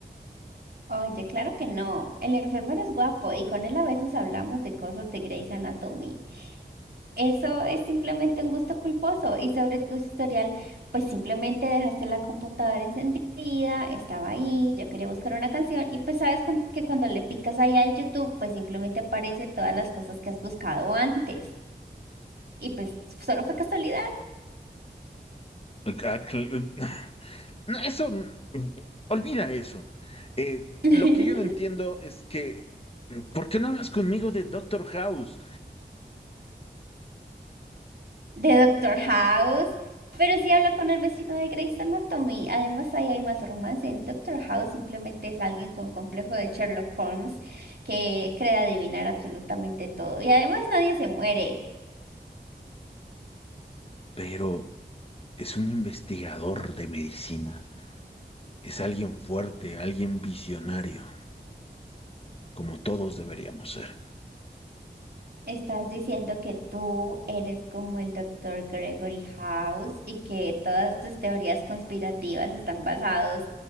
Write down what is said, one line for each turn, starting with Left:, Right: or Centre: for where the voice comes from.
Right: oye, claro que no. El enfermero es guapo y con él a veces hablamos de cosas de Grey's Anatomy. Eso es simplemente un gusto culposo y sobre tu historial, pues simplemente dejaste la computadora encendida, estaba ahí, yo quería buscar una canción y pues sabes con- que cuando le picas ahí al YouTube, pues simplemente aparece todas las cosas que has buscado antes y pues solo fue casualidad.
Left: Ok, Ah, cl- <laughs> No, Eso, mm, olvida eso. Eh,
Right: <laughs>
Left: lo que yo no entiendo es que, mm, ¿por qué no hablas conmigo de Doctor House?
Right: de Doctor House, pero sí hablo con el vecino de Grey's Anatomy. Además, ahí hay más romance. En Doctor House simplemente es alguien con complejo de Sherlock Holmes que cree adivinar absolutamente todo. Y además nadie se muere.
Left: Pero es un investigador de medicina. Es alguien fuerte, alguien visionario, como todos deberíamos ser.
Right: Estás diciendo que tú eres como el doctor Gregory House y que todas tus teorías conspirativas están basados